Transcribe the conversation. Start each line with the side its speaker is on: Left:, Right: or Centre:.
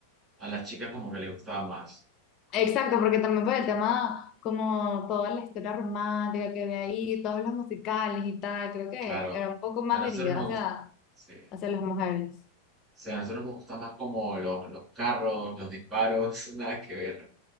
Right: A las chicas como que les gustaba más.
Left: Exacto, porque también por el tema, como toda la historia romántica que había ahí, todos los musicales y tal, creo que
Right: Claro.
Left: era un poco más
Right: A nosotros
Left: dirigida
Right: nos
Left: hacia,
Right: gusta. Sí.
Left: hacia las mujeres.
Right: O sea, a nosotros nos gustan más como los, los carros, los disparos, <laughs> nada que ver.